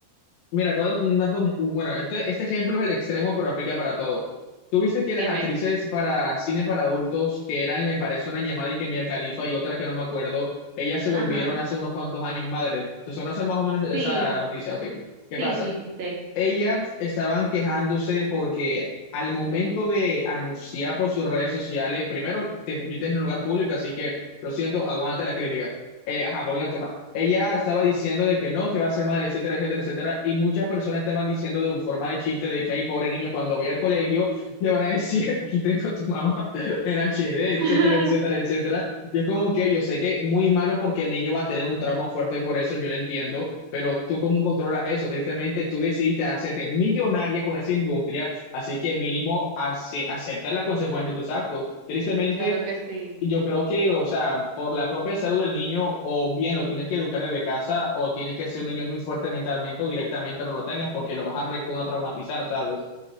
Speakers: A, on the left; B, on the right.
A: mira, todo un dato, bueno, este, este ejemplo es el extremo, pero aplica para todo. Tú viste que
B: dime.
A: las actrices para cine para adultos, que eran, me parece, una llamada y que Mia Khalifa y otra que no me acuerdo, ellas se volvieron
B: Ajá.
A: hace unos cuantos años madres. Entonces, no sé más o menos esa
B: Sí,
A: noticia, ok. ¿Qué
B: sí,
A: pasa?
B: sí, sí, sé.
A: Ellas estaban quejándose porque al momento de anunciar por sus redes sociales, primero te pusiste en un lugar público, así que lo siento, aguanta las críticas. Eh, ajá, volviendo al tema. Ella estaba diciendo de que no, que va a ser madre, etcétera, etcétera, etcétera, y muchas personas estaban diciendo de forma de chiste de que hay pobre niño cuando vaya al colegio le van a decir, <laughs> aquí tengo a tu mamá en HD, etcétera,
B: <laughs>
A: etcétera, etcétera. Y es como que yo sé que muy malo porque el niño va a tener un trauma fuerte por eso, yo lo entiendo, pero tú cómo controlas eso? Tristemente, tú decidiste hacerte millonaria con esa industria, así que mínimo ace- acepta las consecuencias de tus actos. Tristemente,
B: Claro que sí.
A: yo creo que, o sea, por la propia salud del niño, o bien lo tienes que educar desde casa, o tienes que ser un niño muy fuerte mentalmente, o directamente no lo tengas porque lo vas a recontra traumatizar, ¿sabes?